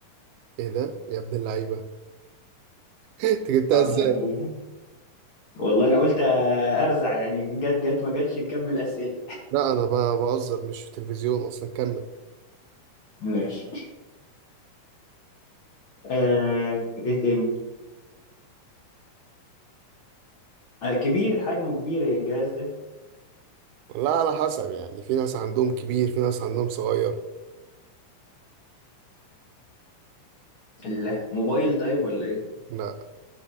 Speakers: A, on the right; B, on the left.
A: ايه ده يا ابن اللعيبه <laughs> انت جبتها
B: طب
A: ازاي
B: الحمد لله والله انا قلت ارزع يعني جت جت ما جتش نكمل أسئلة
A: لا انا ب- بهزر مش في التلفزيون اصلا كمل
B: ماشي آه ايه تاني آه كبير حجمه كبير يا الجهاز ده
A: والله على حسب يعني في ناس عندهم كبير في ناس عندهم صغير
B: الموبايل طيب ولا ايه
A: لا